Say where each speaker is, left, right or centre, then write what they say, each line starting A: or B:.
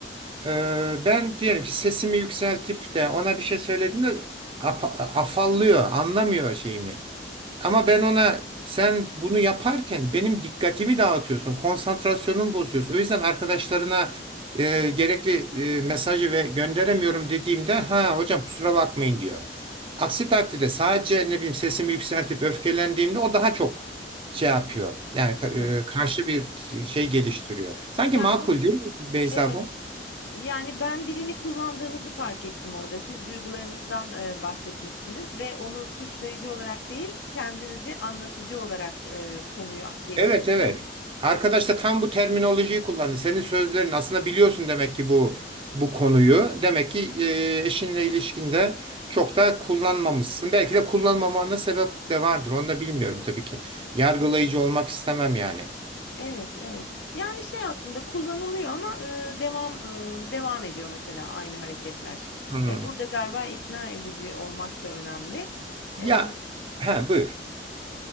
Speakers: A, on the right; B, on the left.
A: E, ben diyelim ki sesimi yükseltip de ona bir şey söylediğimde apa- afallıyor, anlamıyor şeyimi. Ama ben ona sen bunu yaparken benim dikkatimi dağıtıyorsun, konsantrasyonumu bozuyorsun. O yüzden arkadaşlarına e, gerekli e, mesajı ve gönderemiyorum dediğimde ha hocam kusura bakmayın diyor. Aksi takdirde sadece ne bileyim sesimi yükseltip öfkelendiğimde o daha çok şey yapıyor. Yani ka-
B: Evet.
A: e, karşı bir şey geliştiriyor. Sanki
B: Yani
A: makul değil mi Beyza
B: Evet,
A: bu?
B: yani ben dilini kullandığınızı fark ettim orada. Siz duygularınızdan, eee, bahsetmişsiniz ve onu suçlayıcı olarak değil, kendinizi anlatıcı olarak, eee, konuyu genişletmişsiniz.
A: Evet evet. Arkadaş da tam bu terminolojiyi kullandı. Senin sözlerin aslında biliyorsun demek ki bu bu konuyu. Demek ki e, eşinle ilişkinde çok da kullanmamışsın. Belki de kullanmamana sebep de vardır. Onu da bilmiyorum tabii ki. Yargılayıcı olmak istemem yani.
B: Evet, evet. Yani şey aslında kullanılıyor ama, ııı, devam, ııı, devam ediyor mesela aynı hareketler.
A: Hmm.
B: Eee, burada galiba ikna edici olmak da önemli. Emm,
A: Ya ha buyur.